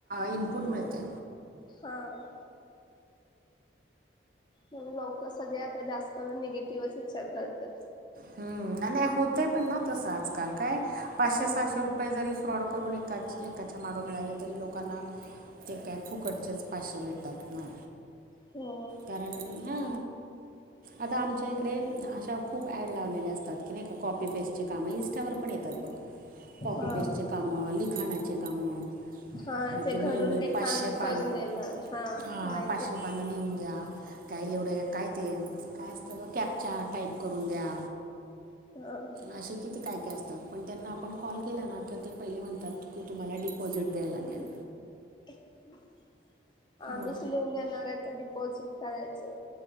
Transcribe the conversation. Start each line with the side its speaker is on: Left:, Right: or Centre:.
Right: इनपुट मिळतय.
Left: हां. मंग लोक सगळे आता जास्तकरुन निगेटिव्हच विचार करतात.
Right: हम्म नाय होतय पण ना तसं आजकाल काय पाचशे
Left: होय
Right: सहाशे रुप रूपये जरी फ्रॉड करून एकाचं एकाच्या मागं मिळाले तरी लोकांना ते काय फुकटचेच पाचशे भेटतात ना.
Left: हो.
Right: कारण ह आता आमच्या इकडे अशा खूप ॲड लावलेले असतात की नाय का कॉपी पेस्टचे काम इंस्टावर पण येतात बघ कॉपी
Left: हा
Right: पेस्टचे कामं लिखाणाचे कामं
Left: हा
Right: म
Left: ते
Right: तुम्ही
Left: घरून
Right: एवढे
Left: लिखाण
Right: पाचशे पान
Left: करून देणार
Right: हा
Left: माहितीय
Right: पाचशे पान ण लिहून दया काय एवढं काय ते काय असत ग कॅपच्या टाईप करून द्या.
Left: अ
Right: असे किती काय काय असतात पण त्यांना आपण कॉल केला ना का ते पहिले म्हणतात की तुम्हाला डिपॉझिट द्यायंला लागेल.
Left: <unintelligible> आम्हीच
Right: मग
Left: लिहून देणारये त डिपॉझिट का दयायचं